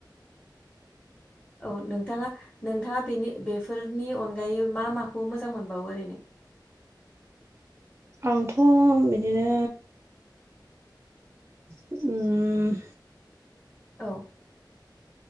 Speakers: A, on the left; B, on the right.
A: औ नोंथाङा नोंथाङा बेनि बेफोरनि अनगायै मा माखौ मोजां मोनबावो ओरैनो।
B: आंथ' बिदिनो उम उम
A: औ।